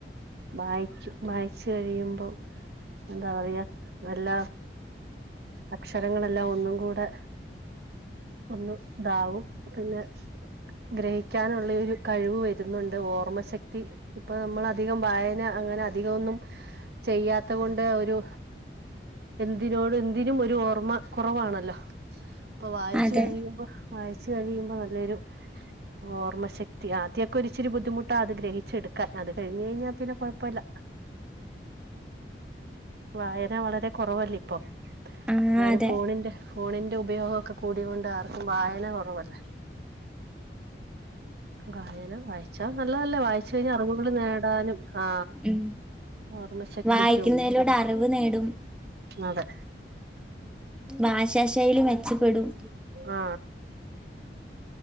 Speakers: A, on the right (about 65°); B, in the centre.
A: വായിക്കും വായിച്ച കഴിയുമ്പോ എന്താ പറയാ നല്ല അക്ഷരങ്ങളെല്ലാം ഒന്നും കൂടെ ഒന്ന ഇതാവും പിന്നെ ഗ്രഹിക്കാനുള്ള ഒരു കഴിവ് വരുന്നുണ്ട് ഓർമ്മശക്തി ഇപ്പൊ നമ്മൾ അധികം വായന അങ്ങനെ അധികം ഒന്നും ചെയ്യാത്ത കൊണ്ട് ഒരു എന്തിനോട് എന്തിനും ഒരു ഓർമ്മ കുറവാണല്ലോ ഇപ്പൊ വായിച്ച
B: അതെ
A: കഴിയുമ്പോ വായിച്ച കഴിയുമ്പോ നല്ലൊരു ഓർമ്മ ശക്തി ആദ്യമൊക്കെ ഒരു ഇച്ചിർ ബുദ്ധിമുട്ടാത് ഗ്രഹിച്ചെടുക്കാൻ അത് കഴിഞ്ഞു കഴിഞ്ഞാൽ പിന്നെ കുഴപ്പില്ല വായന വളരെ കുറവല്ലേ ഇപ്പൊ
B: ആ
A: എന്തായാലും
B: അതെ
A: ഫോണിന്റെ ഫോണിൻ്റെ റെ ഉപയോഗം കൂടൊണ്ട് ആർക്കും വായന കുറവല്ല വായന വായിച്ചാ നല്ലതല്ലേ വായിച്ച കഴിഞ്ഞാ അറിവുകൾ നേടാനും ആ
B: ഉം
A: ഓർമ്മശക്തിക്കും
B: വായിക്കുന്നതിലൂടെ അറിവ് നേടും
A: അതെ
B: ഭാഷാ ശൈലി മെച്ചപ്പെടും
A: ആ